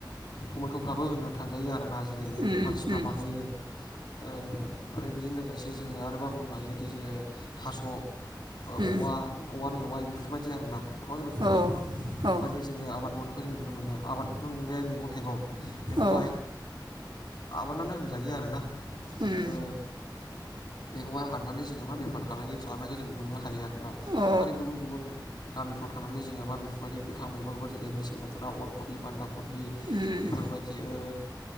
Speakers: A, on the left; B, on the right.
A: टमेट'फ्राबो होननो थांजायो आरोना जेरै
B: उम
A: मानसिफ्रा
B: उम
A: बानायो ओ आरो बेजों लोगोसे जोङो आरोबाव बुंनो हायो बि जेरै थास' ओ औवा
B: उम
A: औवा मेवाइ बेफोरबायदि आरो ना। गोबां रोखोमनि
B: औ
A: बेफोरबायदि
B: औ
A: जोङो आबाद मावनायखौ जों नुनो मोनो आबादाथ' माने मैगं थाइगं। बेखौहाय।
B: औ
A: आबादानो होनजायो आरोना
B: उम
A: ओ बेखौहाय हाननानै जोङो मा बेफार फालांगि खालामनायखौ जों मोननो हायो आरोना
B: औ
A: आरो गुबुन गुबुन गामिफ्राव थांनानै जोङो मा बेफोरबायदि गोथां मैगंफोर जेरै मेसें बोथोराव अलकबि बान्दा कबि
B: उम
A: बेफोरबायदि ओ